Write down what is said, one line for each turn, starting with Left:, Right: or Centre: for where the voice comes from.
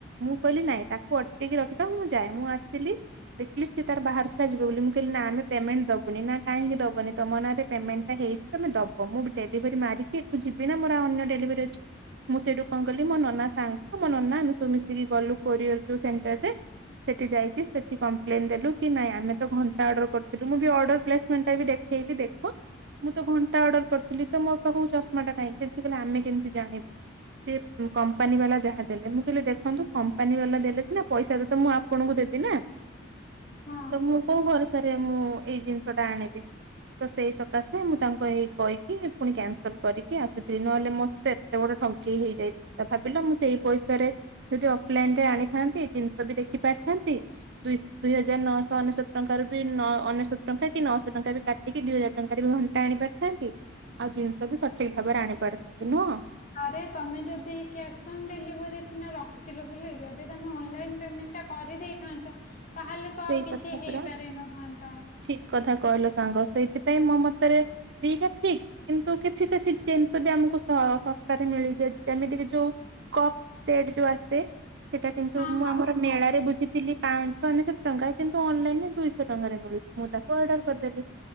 Right: ମୁଁ କହିଲି ନାଇଁ ତାକୁ ଅଟକେଇକି ରଖିଥାଅ ମୁଁ ଯାଏ ମୁଁ ଆସିଲି ଦେଖିଲି ସି ତାର ବାହାରୁ ଥିଲା ଯିବ ବୋଲି ମୁଁ କହିଲି ନା ଆମେ ପେମେଣ୍ଟ ଦବୁନି ନା କାହିଁକି ଦବନି ତମ ନାଁରେ ପେମେଣ୍ଟା ଟା ହେଇଛି ତମେ ଦବ। ମୁଁ ଡେଲିଭରି ମାରିକି ଏଠୁ ଯିବି ନା ମୋର ଅନ୍ୟ ଡେଲିଭରି ଅଛି ମୁଁ ସେଇଠୁ କଣ କଲି ମୋ ନନା ସାଙ୍ଗ ମୋ ନନା ଆମେ ସବୁ ମିଶିକି ଗଲୁ କୋରିଅର ଯୋଉ ସେଣ୍ଟରରେ ସେଠି ଯାଇକି ସେଠି କଂପ୍ଲେନ୍ ଦେଲୁ କି ନାଇଁ ଆମେ ତ ଘଣ୍ଟା ଅର୍ଡର କରିଥିଲୁ ମୁଁ ବି ଅର୍ଡର ପ୍ଲେସମେଣ୍ଟ ଟା ଦେଖେଇଲି ଦେଖ ମୁଁ ତ ଘଣ୍ଟା ଆର୍ଡର । କରିଥିଲି ତ ମୋ ପାଖକୁ ଚଶମା ଟା କାହିଁକି ଆସିଛି ଆମେ କେମିତି ଜାଣିବୁ କମ୍ପାନୀ ବାଲା ଯାହା ଦେଲେ ମୁଁ କହିଲି ଦେଖନ୍ତୁ କମ୍ପାନୀ ବାଲା ଦେଲେ ସିନା ପଇସା ତ ମୁଁ ଆପଣଙ୍କୁ ଦେବିନା।
Left: ହଁ
Right: ତ ମୁଁ କୋଉ ଭରସା ରେ। ସେ ମୁଁ ଏଇ ଜିନିଷ ଟା ଆଣିବି ତ ସେଇ ସକାଶେ ମୁଁ ତାଙ୍କ ଏଇ। କହିକି ପୁଣି କ୍ୟାନସଲ କରିକି ଆସିଥିଲି ନହେଲେ ମୋ ସହିତ ଏତେ ବଡ ଠକେଇ ହେଇଯାଇଥାନ୍ତା ଭାବିଲ ମୁଁ ସେଇ ପଇସାରେ ଯଦି ଅଫଲାଇନ ରେ ଆଣିଥାନ୍ତି ଜିନିଷ ବି ଦେଖି ପାରିଥାନ୍ତି ଦୁଇସ ଦୁଇ ହଜାର ନଅଶହ ଅନେଶତ ଟଙ୍କାରୁ ବି ଅନେଶତ ଟଙ୍କା କି ନଅଶହ ଟଙ୍କା ବି କାଟିକି ଦିଇ ହଜାର ଟଙ୍କାରେ ବି ଘଣ୍ଟା ଆଣିପାରିଥା। ନ୍ତି ଆଉ ଜିନିଷ ବି ସଠିକ ଭାବରେ ଆଣି ପାରିଥାନ୍ତି ନୁହଁ।
Left: ଆରେ ତମେ ଯଦି କ୍ୟାସ୍ ଅନ୍ ଡେଲିଭରି ସିନା ରଖିଥିଲ ବୋଲି ଯଦି ତମେ ଅନଲାଇନ୍ ପେମେଣ୍ଟଟା କରିଦେଇଥାନ୍ତ। ତାହେଲେ ତ
Right: ସେଇ
Left: ଆଉ କିଛି
Right: କଥା
Left: ହେଇପାରିନଥାନ୍ତା।
Right: ପରା ଠିକ କଥା କହିଲ ସାଙ୍ଗ ସେଇଥିପାଇଁ ମୋ ମତରେ ଦିଟା ଠିକ କିନ୍ତୁ କିଛି କିଛି ଜିନିଷ ବି ଆମକୁ ଶ ଶସ୍ତାରେ ମିଳିଯାଏ ଯେମିତିକ ଯୋଉ କପ ସେଟ ଯୋଉ ଆସେ। ସେଟା କିନ୍ତୁ
Left: ହଁ
Right: ମୁଁ ଆମର ମେଳାରେ ବୁଝିଥିଲି। ପାଁଶହ ଅନେଶତ। ଟଙ୍କା କିନ୍ତୁ ଅନଲାଇନ ରେ ଦୁଇଶହ ଟଙ୍କାରେ ମିଳୁଛି ମୁଁ ତାକୁ ଅର୍ଡର କରିଦେଲି